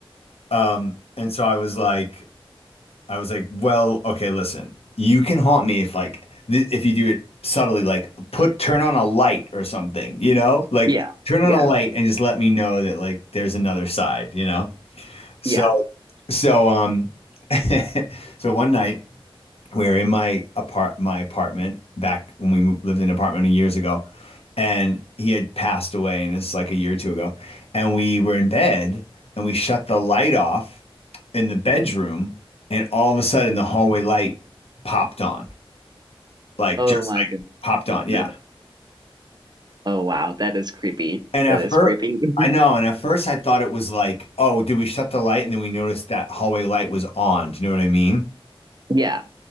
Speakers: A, on the left; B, on the right.
A: um, and so I was like, I was like, well, okay, listen, you can haunt me if like th- if you do it subtly, like put turn on a light or something, you know, like
B: Yeah,
A: turn on
B: yeah,
A: a light and just let me know that like there's another side, you know. So
B: yeah.
A: so um <laughs> so one night we were in my apart my apartment back when we moved, lived in an apartment years ago, and he had passed away, and it's like a year or two ago, and we were in bed, and we shut the light off in the bedroom, and all of a sudden the hallway light popped on, like
B: Oh
A: just
B: my
A: like popped
B: goodness.
A: on, yeah.
B: Oh wow, that is creepy.
A: And at
B: That is
A: first,
B: creepy. <laughs>
A: I know, and at first I thought it was like, oh, did we shut the light? And then we noticed that hallway light was on. Do you know what I mean?
B: Yeah.